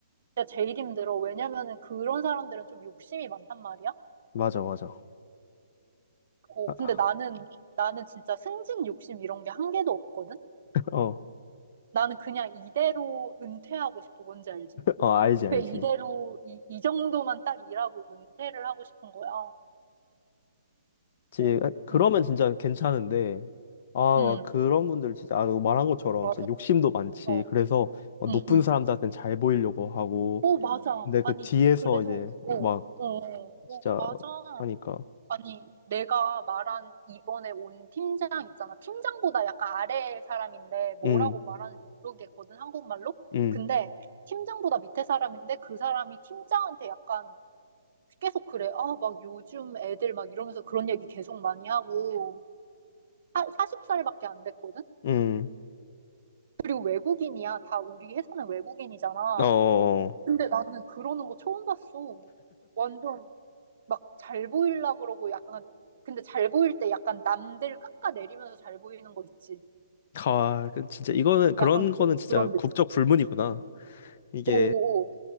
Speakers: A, on the right (about 50°); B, on the left (about 40°).
A: 진짜 제일 힘들어. 왜냐면은 그런 사람들은 좀 욕심이 많단 말이야.
B: 맞아 맞아
A: 어,
B: 아,
A: 근데 나는,
B: <laughs>
A: 나는 진짜 승진 욕심 이런 게 한 개도 없거든?
B: 어,
A: 나는 그냥 이대로 은퇴하고 싶어, 뭔지 알지?
B: 어, 알지, 알지.
A: 그 이대로, 이, 이 정도만 딱 일하고 은퇴를 하고 싶은 거야.
B: 지,
A: 어,
B: 그러면
A: 근,
B: 진짜 괜찮은데, 아, 와,
A: 음,
B: 그런 분들 진짜, 아, 말한 것처럼
A: 맞아.
B: 진짜 욕심도 많지.
A: 어,
B: 그래서 막
A: 응,
B: 높은
A: 응.
B: 사람들한테는 잘 보이려고 하고,
A: 어, 맞아.
B: 근데
A: 아니,
B: 그 뒤에서
A: 그래서,
B: 이제
A: 어,
B: 막
A: 어, 어,
B: 진짜
A: 맞아.
B: 하니까,
A: 아니, 내가 말한 이번에 온 팀장 있잖아. 팀장보다 약간 아래 사람인데 뭐라고
B: 음,
A: 말하는지 모르겠거든, 한국말로.
B: 음,
A: 근데 팀장보다 밑에 사람인데 그 사람이 팀장한테 약간 계속 그래. 아, 막 요즘 애들 막 이러면서 그런 얘기 계속 많이 하고. 사, 40살밖에 안 됐거든?
B: 음,
A: 그리고 외국인이야. 다 우리 회사는 외국인이잖아.
B: 어, 어, 어.
A: 근데 나는 그러는 거 처음 봤어. 완전 막 잘 보일라 그러고 약간 근데 잘 보일 때 약간 남들 깎아내리면서 잘 보이는 거 있지.
B: 아, 그 진짜 이거는, 그런
A: 약간 그,
B: 거는 진짜
A: 그런 느낌.
B: 국적 불문이구나. 이게,
A: 오오오.